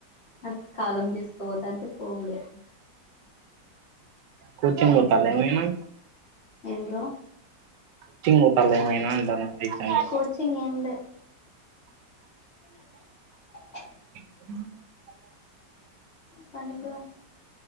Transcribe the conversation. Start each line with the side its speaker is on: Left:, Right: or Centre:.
Left: అ అ కాలం తీసుకుపోతా అంటే పోవుడే
Right: కోచింగ్ పోతందా ఎమైనా
Left: ఎమ్ బ్రో
Right: పోతాల్లా ఏమైనా అంటానా ఎగ్జామ్స్
Left: కోచింగ్ ఏంలెద్ ఏన్న దయ <inaudible>
Right: <unintelligible>
Left: పనికిరా